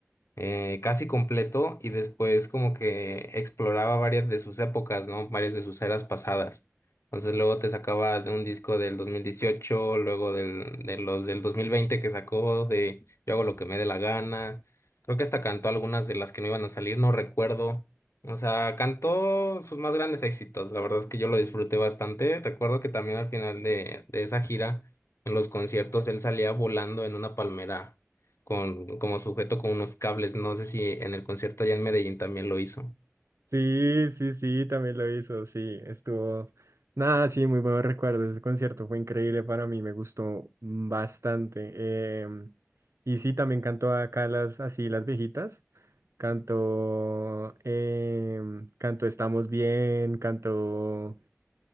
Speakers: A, on the left; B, on the right.
A: eh, casi completo y después como que exploraba varias de sus épocas, ¿no? Varias de sus eras pasadas. Entonces luego te sacaba de un disco del 2018, luego del, de los del 2020 que sacó de Yo hago lo que me dé la gana. Creo que hasta cantó algunas de las que no iban a salir, no recuerdo. O sea, cantó sus más grandes éxitos. La verdad es que yo lo disfruté bastante. Recuerdo que también al final de, de esa gira, en los conciertos, él salía volando en una palmera con, como sujeto con unos cables. No sé si en el concierto allá en Medellín también lo hizo.
B: Sí, sí, sí, también lo hizo, sí, estuvo, nada, sí, muy buenos recuerdos, ese concierto fue increíble para mí, me gustó bastante. em, y sí, también cantó acá las, así, las viejitas, cantó, em, cantó Estamos Bien, cantó,